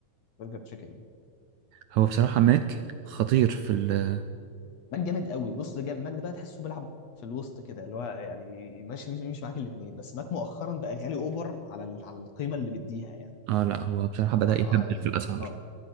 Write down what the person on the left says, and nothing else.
برجر تشيكن يعني.
ماك جامد قوي بص جامد ماك ده بقى تحسه بيلعب في الوسط كده اللي هو يعني ماشي مش مش معاك الاثنين بس ماك مؤخرا بقى غالي اوفر على ال- على القيمه اللي بيديها يعني
آه،
آه، يعني
اه